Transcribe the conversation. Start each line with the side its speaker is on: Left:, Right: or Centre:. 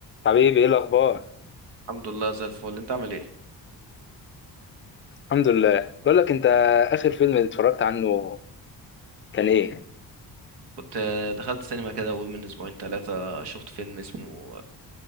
Left: حبيبي ايه الاخبار
Right: الحمد لله زي الفل انت عامل ايه
Left: الحمد لله بقول لك انت اخر فيلم اتفرجت عنه كان ايه
Right: كنت آه، دخلت سينما كده اول من اسبوعين ثلاثة شفت فيلم اسمه